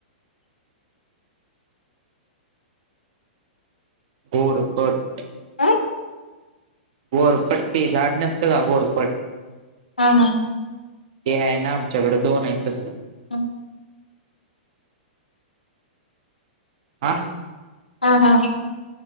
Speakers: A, on the right; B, on the left.
A: घोरपट्ट.
B: हा
A: घोरपट्टी झाड नसतं का? घोरपट.
B: हा हा.
A: ते आहे ना आमच्याकडं दोन आहे तसली.
B: <unintelligible>
A: आ?
B: हा हा.